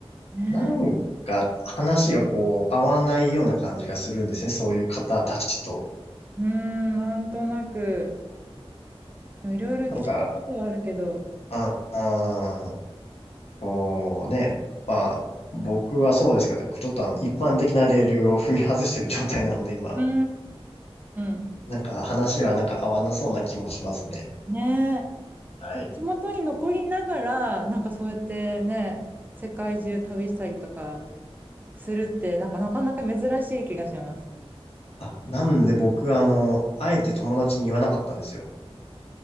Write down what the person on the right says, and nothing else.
ね
え、うーん、なんとなく、でもいろいろ聞きたいことはあるけど、
うーん、
ね
えでも地元に残りながら、なんかそうやってね、世界中旅したりとかするって、なんかなかなか珍しい気がします。